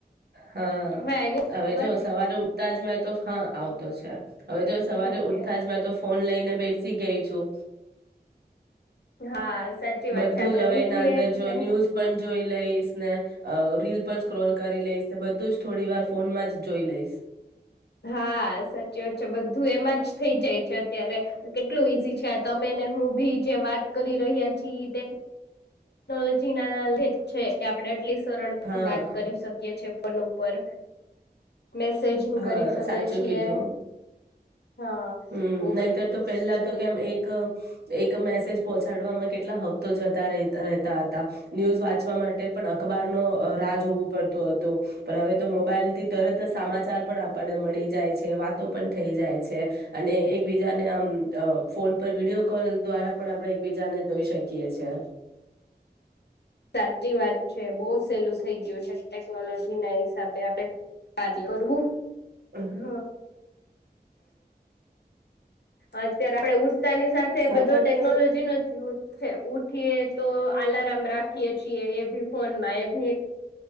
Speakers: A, on the right; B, on the left.
A: હા
B: હવે આવ્યો
A: હવે
B: અવાજ
A: જો સવારે ઉઠતા જ મે તો હા આવતો છે હવે જો સવારે
B: ઓકે
A: ઉઠતા જ મે તો ફોન લઈને બેઠ સી ગઈ છું.
B: હા સાચી
A: બધું
B: વાત છે આપડે
A: જ હવે
B: ઉઠીએ
A: એના અંદર
B: એટલે
A: જો ન્યૂઝ પન જોઈ લઈશ ને અ રીલ પણ સ્ક્રોલ કરી લઈશ ને બધું જ થોડી વાર ફોનમાં જ જોઈ લઈશ
B: હા સાચી વાત છે બધું એમાં જ થઈ જાય છે અત્યારે કેટલું ઈઝી છે આ તમેને હું ભી જે વાત કરી રહ્યા છીએ તે ટેક્નોલોજી ના લ છે આપે એટલીસ્ટ સરળ થી
A: હા
B: વાત કરી શકીએ છીએ ફન ઉપર મેસેજિંગ
A: હા
B: કરી શકીએ
A: સાચું
B: છીએ
A: કીધું
B: હા
A: હમ
B: બહુ
A: નહીતર
B: બધું
A: તો
B: એ
A: પહેલા
B: છે
A: તો કેમ એક એક મેસેજ પહોંચાડવામાં કેટલા હક તો જતા રતા રહેતા હતા ન્યૂઝ વાંચવા માટે પણ અખબાર નો રાહ હોવું પડત હતું પણ હવે તો મોબાઈલ થી તરત સમાચાર પણ આપણને મળી જાય છે વાતો પણ થઈ જાય છે અને એકબીજાને આમ ફોન પર વિડીયો કોલ દ્વારા પણ આપણે એકબીજાને જોઈ શકીએ છેએ
B: સાચી વાત છે બહુ સહેલું થઈ ગયું છે ટેકનોલોજી ના હિસાબે આપે કાર્ય કરવું
A: હા
B: હ અત્યારે આપડે ઉઠતાની સાથે
A: કા
B: બધો
A: ફક્ત
B: ટેકનોલોજી નો જ યુ છે ઉઠીએ તો આલારમ રાખીએે છીએ એ ભી ફોન માં એ ભી એક